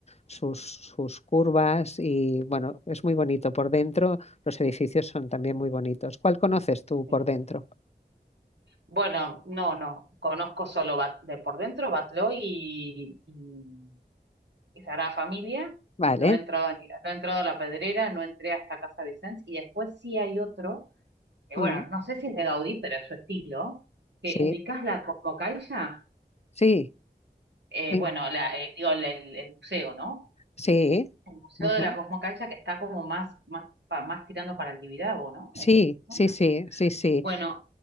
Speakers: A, on the left; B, on the right.
A: sus, sus curvas y bueno, es muy bonito por dentro. Los edificios son también muy bonitos. ¿Cuál conoces tú por
B: Sí.
A: dentro?
B: Bueno, no, no, conozco solo Bat- de por dentro Batloy y, y, y Sagrada Familia.
A: Vale.
B: No he entrado, ni- no he entrado a La Pedrera, no entré hasta Casa Vicens. Y después sí hay otro, que bueno,
A: Mm,
B: no sé si es de Gaudí, pero es su estilo, que
A: Sí,
B: ubicás la Cosmocaixa,
A: sí,
B: eh,
A: en-
B: bueno, la, eh, digo, el, el- el museo, ¿no?
A: sí.
B: El museo
A: ujú,
B: de la Cosmocaixa que está como más, más, pa- más tirando para el Tibidabo, ¿no?
A: Sí,
B: Es esa zona.
A: sí, sí, sí, sí,
B: Bueno,